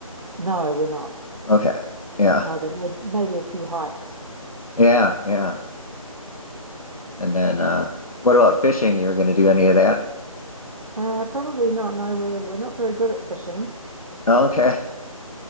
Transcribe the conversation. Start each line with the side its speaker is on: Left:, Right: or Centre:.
Right: No, we're not.
Left: Okay, yeah,
Right: No, but may- maybe a few hikes.
Left: yeah, yeah. And then uh, what about fishing? You're going to do any of that?
Right: Uh, probably not. No, we're we're not very good at fishing.
Left: Okay,